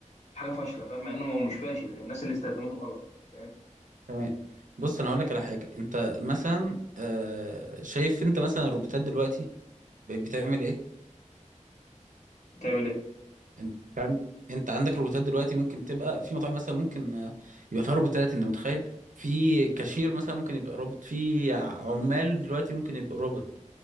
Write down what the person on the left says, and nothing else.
حاجه فاشله فاهم مع انه هو مش فاشل هي الناس اللي استخدمته غلط فاهم
بتعمل ايه